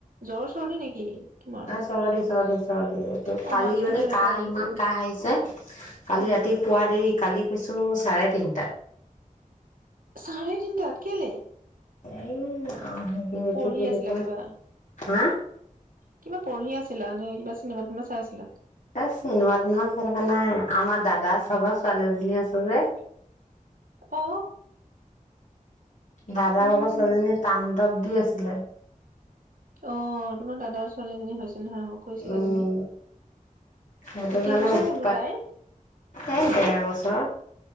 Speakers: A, on the right; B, on the left.
A: জ্বৰ চৰ্দি নেকি তোমাৰ
B: অ চৰদি চৰ্দি চৰ্দি এইটো
A: অ
B: কালি
A: মাততো
B: মানে
A: তেনেকুৱা
B: কাহ
A: লাগিছে
B: ইমান কাহ আহিছে কালি
A: উম
B: ৰাতি শুৱা দেৰি কালি শুইছো চাৰে তিনটাত
A: চাৰে তিনটাত কেলে
B: এ ই য়া অ এতিয়া
A: পঢ়ি
B: কি বুলি
A: আছিলা
B: কয়
A: কিবা
B: হা
A: কিবা পঢ়ি আছিলা নে কিবা চিনেমা তোনেমা চাই আছিলা
B: এ চিনেমা টিনেমা চায় থকা নাই আমাৰ দাদা চাগৰ ছোৱালী এজনী আছে যে
A: অ
B: দাদা
A: উম
B: বাপৰ ছোৱালীজনীা টান তাপ দি আছিলে
A: অ তোমাৰ দাদাচ ছোৱালীজনী হৈছিল ন কৈছিলা
B: উম
A: তুমি
B: সেইটো
A: কেইবছৰ
B: কাৰণে উৎপাত
A: হ'লনো তাই
B: এই ডেৰ বছৰ